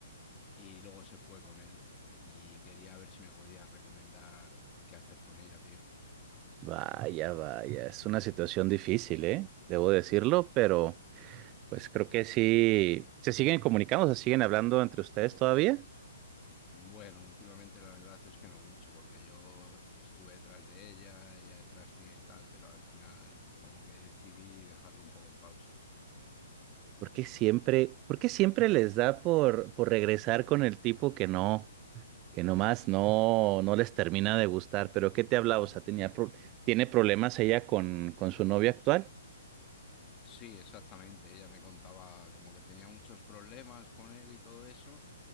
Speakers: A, on the left; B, on the right.
A: y luego se fue con él y quería ver si me podía recomendar qué hacer con ella, tío.
B: Vaya, vaya, es una situación difícil, ¿eh? Debo decirlo, pero pues creo que sí. ¿Se siguen comunicando? ¿Se siguen hablando entre ustedes todavía?
A: Bueno, últimamente la verdad es que no mucho, porque yo estuve detrás de ella, ella detrás mío y tal, pero al final como que decidí dejarlo un poco en pausa.
B: ¿Por qué siempre, por qué siempre les da por, por regresar con el tipo que no, que nomás no, no les termina de gustar? ¿Pero qué te hablaba? O sea, tenía pro- ¿tiene problemas ella con, con su novia actual?
A: Sí, exactamente, ella me contaba como que tenía muchos problemas con él y todo eso,